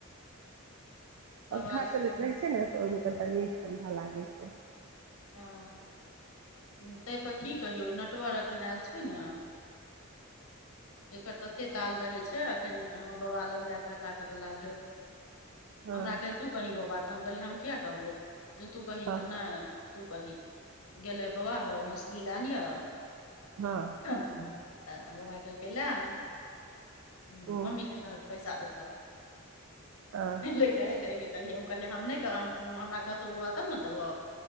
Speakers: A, on the right (about 75°); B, on the left (about 90°).
A: पङखा
B: आवाज
A: चलैत
B: हँ
A: रहै छै ने तऽ ओहिमे कनिटा नीक ठण्डा लागै छै
B: हँ ताहिपर की कहियौ नटवर एखन आयल छै ने एकर तते ताल रहै छै एखन बाबा ल जा हल्ला कर लागले
A: हँ
B: हमरा कहैय तु कही बाबा क हम कहलिय हम किया कहबो जो तू कही
A: हँ हँ
B: तऽ नहि तू कही गेले बाबा हौ मछली लानिह
A: हँ
B: बाबा कहलकै लेए आन ह
A: ओ
B: मम्मी के कह पैसा देत
A: हँ
B: एलैय कहल लेल हम नहि कहबौ हमरा कहतौ बाबा तब ने देबौ